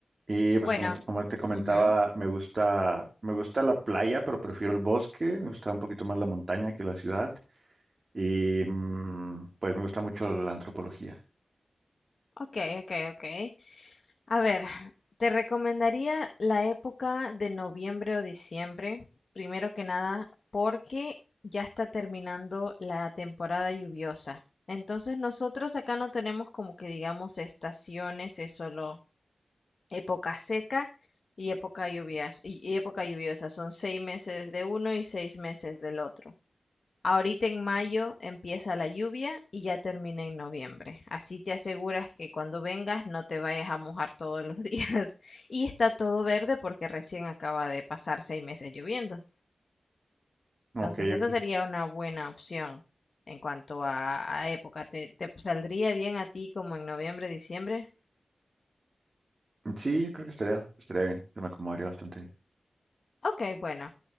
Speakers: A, on the right (about 55°); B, on the left (about 60°).
A: Y pues
B: bueno.
A: como te, como te comentaba,
B: ujú,
A: me gusta, me gusta la playa, pero prefiero el bosque. Me gusta un poquito más la montaña que la ciudad. Y mm, pues me gusta mucho la antropología.
B: Ok, ok, ok. A ver, te recomendaría la época de noviembre o diciembre, primero que nada, porque ya está terminando la temporada lluviosa. Entonces nosotros acá no tenemos como que digamos estaciones, es solo época seca y época lluvias, y y época lluviosa. Son seis meses de uno y seis meses del otro. Ahorita en mayo empieza la lluvia y ya termina en noviembre. Así te aseguras que cuando vengas no te vayas a mojar todos los días. <laughs> Y está todo verde porque recién acaba de pasar seis meses lloviendo.
A: Ok,
B: Entonces, esa
A: ok.
B: sería una buena opción en cuanto a, a época. ¿Te, te saldría bien a ti como en noviembre, diciembre?
A: Sí, yo creo que estaría, estaría bien. Yo me acomodaría bastante bien.
B: Ok, bueno.